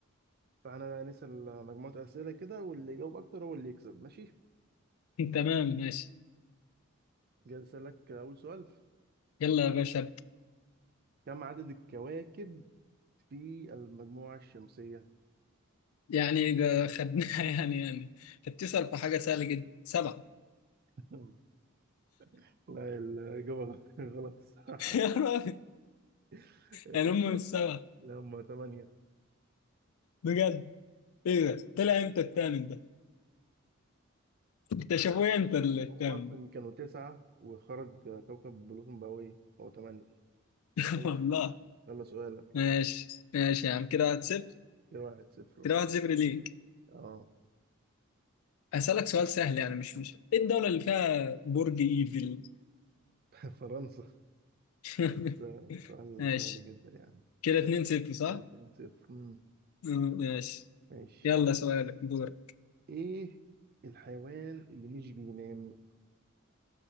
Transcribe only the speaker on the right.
فاحنا بقى نسأل مجموعة اسئلة كده واللي يجاوب اكتر هو اللي يكسب ماشي
جاي اسألك اول سؤال
كم عدد الكواكب في المجموعة الشمسية
مم. <laughs> لا الإجابة غلط الصراحة
<laughs>
لا هم تمانية
هم أصلا
كانوا تسعة وخرج كوكب بلوتون بقى إيه؟ بقوا تمانية
يلا
يلا سؤالك
يلا
كده واحد صفر
اه
<laughs> فرنسا
ده سؤال
سهل جدا يعني
كده اتنين صفر مم،
ماشي
ايه الحيوان اللي مش بينام